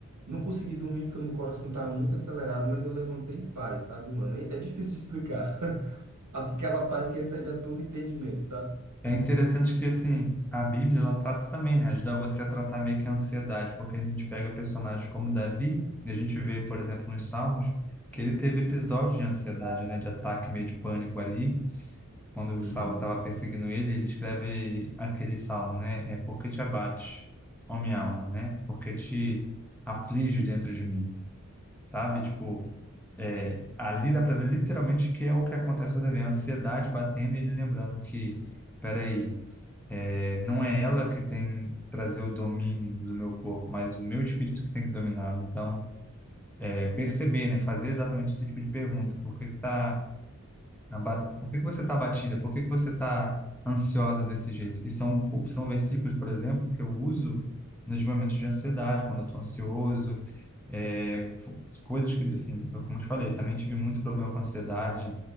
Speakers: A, on the right (about 70°); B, in the centre.
A: não consegui dormir porque meu coração tava muito acelerado, mas eu levantei em paz, sabe, mano? É é difícil de explicar. <laughs> Aquela paz que excede a todo entendimento, sabe?
B: É interessante que, assim, a Bíblia, ela trata também, né? Ajuda você a tratar meio que a ansiedade, porque a gente pega personagens como Davi, e a gente vê, por exemplo, nos Salmos, que ele teve episódios de ansiedade, né? De ataque, meio de pânico ali, quando
A: Hum.
B: o Saul estava perseguindo ele, ele escreve aquele salmo, né? É porque te abate, ó minha alma, né? Porque te aflige dentro de mim, sabe? Tipo, é, ali dá para ver literalmente que é o que acontece com o Davi, a ansiedade batendo e ele lembrando que, peraí, é, não é ela que tem trazer o domínio do meu corpo, mas o meu espírito que tem que dominar. Então, é, perceber, né? Fazer exatamente esse tipo de pergunta, por que que tá Abate- Por que que você está abatida? Por que que você está ansiosa desse jeito? E são, são versículos, por exemplo, que eu uso nos momentos de ansiedade, quando eu estou ansioso, é, fo- coisas que, assim, eu, como eu te falei, também tive muito problema com ansiedade,